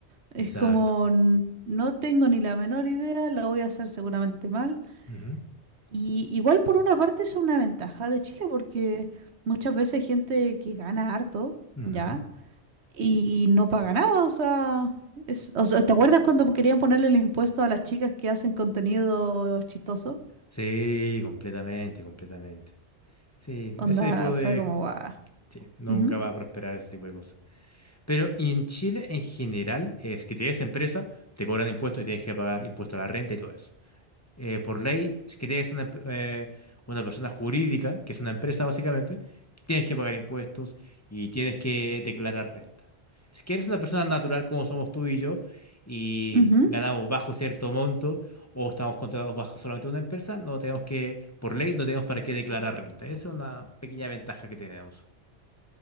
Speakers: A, on the right; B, on the left.
A: Es
B: Exacto.
A: como, "N- no tengo ni la menor idea, lo voy a hacer seguramente mal.
B: Ujú,
A: Y igual por una parte es una ventaja de Chile, porque muchas veces gente que gana harto,
B: ujú.
A: ¿ya? y no paga nada, o sea, es- o sea, ¿te acuerdas cuando querían ponerle el impuesto a las chicas que hacen contenido chistoso?
B: Sí, completamente, completamente. Sí,
A: Onda,
B: ese tipo
A: fue
B: de...
A: como, guau.
B: Nunca
A: Ujú,
B: va a prosperar ese tipo de cosas. Pero y en Chile en general es que tienes empresa, te cobran impuestos y tienes que pagar impuestos a la renta y todo eso. eh, por ley, si quieres una, eh, una persona jurídica, que es una empresa básicamente, tienes que pagar impuestos y tienes que declarar renta. Si quieres una persona natural como somos tú y yo y
A: ujú.
B: ganamos bajo cierto monto o estamos contratados bajo solamente una empresa, no tenemos que, por ley, no tenemos para qué declarar renta. Esa es una pequeña ventaja que tenemos.